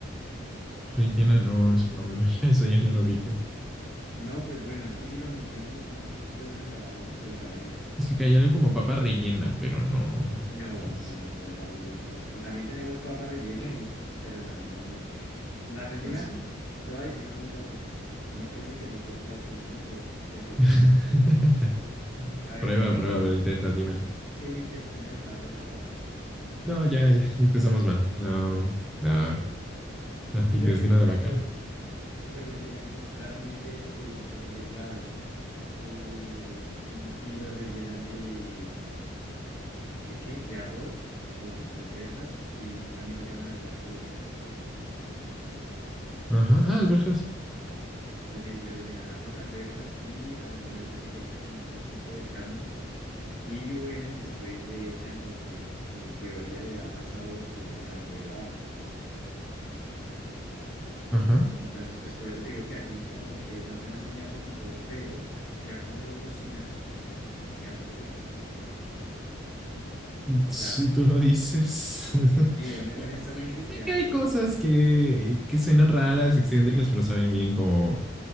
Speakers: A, in the centre; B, on the left (about 75°).
A: Rellena, no, eso no me lo, <laughs> eso ya no lo ubico.
B: No, pues bueno, es que si lo menciono suena un poquito desagradable, pero sabe rico.
A: Es que caía algo como papa rellena, pero no,
B: No,
A: ¿sabes?
B: no, no, no, la rellena no es. Pues también tenemos papa rellena, y, y- pero no, no es lo mismo. La rellena,
A: Ah, sí.
B: te voy a decir cómo es la rellena. No creo que te guste por la descripción, pero es rico.
A: <laughs>
B: A ver,
A: Prueba,
B: cogen
A: prueba,
B: el,
A: a ver, intenta, dímelo.
B: el intestino delgado de la vaca
A: No, ya, ya, ya empezamos mal. No, no,
B: <laughs> y
A: no, intestino
B: lo rellenan
A: de vaca,
B: con,
A: no.
B: Y lo rellenan, pues claramente el, el delgado, ¿no? Eh, y y lo rellenan de, ¿de qué? De arroz con alberjas, sí, también le llaman alberjas allá.
A: Ajá, ah, alberjas.
B: Oye, le le rellenan arroz, alberjas y algunas veces le echan como un poquito de carne. Y bueno, y después le echan lo que en teoría le da más sabor, que es la sangre de la vaca.
A: Ajá.
B: Entonces, pues por eso te digo que así como que no suena muy apetitoso, pero ya cuando lo cocinan, queda muy rico.
A: Si
B: La verdad.
A: tú lo dices. <laughs>
B: Sí, hone- honestamente
A: Bueno, sí,
B: queda
A: sé que
B: rico.
A: hay cosas que, que suenan raras, excéntricas, pero saben bien como